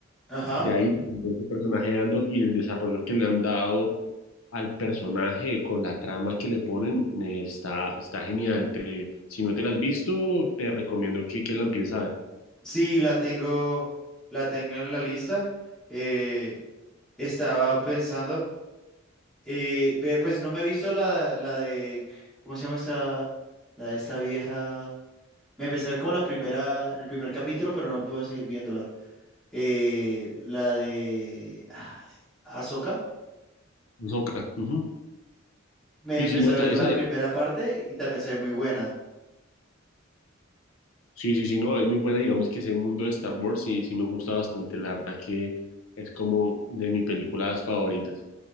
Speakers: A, in the centre; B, on the left (about 80°).
A: Ajá.
B: De ahí salió ese personaje de Andor y el desarrollo que le han dado al personaje con la trama que le ponen eh, está, está genial. Te- si no te la has visto, te recomiendo que, que la empieces a ver.
A: Sí, la tengo, la tengo en la lista. Eh, estaba pensando, eh, ver, pues no me he visto la, la de, ¿cómo se llama esta? La de esta vieja. Me empecé a ver como la primera, el primer capítulo, pero no pude seguir viéndola. eh, la de Azoka
B: Ahsoka, ujú.
A: Me
B: Sí,
A: empecé
B: sí, no, está-
A: a ver
B: esa,
A: la primera parte y también se ve muy buena.
B: Sí, sí, sí, no, es muy buena, digamos que ese mundo de Star Wars sí, sí me gusta bastante, la verdad que es como de mis películas favoritas.